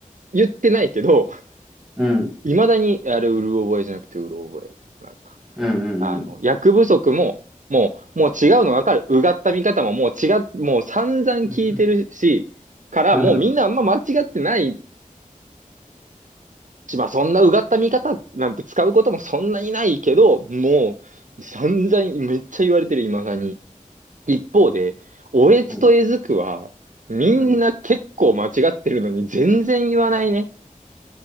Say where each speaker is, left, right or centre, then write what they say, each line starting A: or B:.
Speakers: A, on the right (about 65°); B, in the centre.
A: 言ってないけど、
B: うん。
A: 未だに、あれ、うる覚えじゃなくてうろ覚え。なんか
B: うん。
A: あの、
B: うん。
A: 役不足も、もう、もう違うの分かる。うがった見方ももう違っ、もう散々聞いてるし、
B: うん。
A: から、
B: <laughs> うん。
A: もうみんなあんま間違ってないし、まあそんなうがった見方なんて使うこともそんなにないけど、もう散々めっちゃ言われてる、今さに。一方で、おえつとえずくは、
B: うん。
A: みんな結構間違ってるのに全然言わないね。
B: うん。